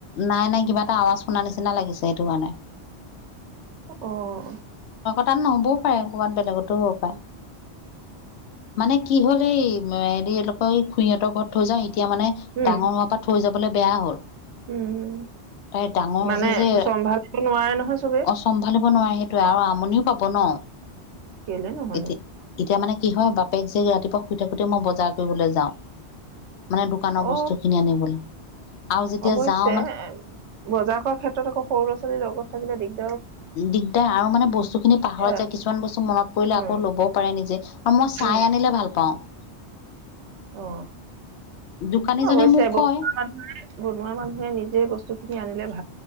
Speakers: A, on the left; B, on the right.
A: নাই নাই কিবা এটা আৱাজ শুনা নিচিনা লাগিছে সেইটো মানে
B: অহ
A: টান নহ'ব কবাত বেলেগতো হ'ব পাৰে মানে কি হল এই হেৰি এনেকৰ খুইহঁতৰ ঘৰত থৈ যাও তেতিয়া মানে
B: উম উম
A: ডাঙৰ হোৱাৰ পৰা থৈ যাব বেয়া হ'ল
B: উম
A: তাই ডাঙৰ হৈছে
B: মানে
A: যে
B: চম্ভালিব নোৱাৰে নহয় চবে
A: অ চম্ভালিব নোৱাৰে সেইটো আৰু আমনিও পাব ন
B: কেলে নোৱাৰে
A: এতিয়া <unintelligible> বাপেক যে ৰাতিপুৱা শুই থাকোতে মই বজাৰ কৰিবলৈ যাওঁ মানে দোকানৰ বস্তু
B: অ
A: খিনি আনিবলৈ আৰু যেতিয়া
B: অৱশ্যে
A: <unintelligible>
B: বজাৰ কৰ ক্ষেত্ৰত আকৌ সৰু ল' ছোৱালীৰ লগত থাকে <unintelligible> কি দ <unintelligible>
A: দিগদাৰ আৰু মানে বস্তু খিনি পাহৰা
B: এ
A: যায় কিছুমান বস্তু মনত পৰিলে
B: উম
A: আকৌ ল'বও পাৰে নিজে আৰু মই চাই
B: উম
A: আনিলে ভাল পাওঁ <inaudible>
B: অ
A: দোকানীজনে
B: অৱশ্য
A: মোক
B: এবুৰ
A: কয়
B: বনোৱা মানুহে নিজে বস্তু খিনি আনিলে ভাল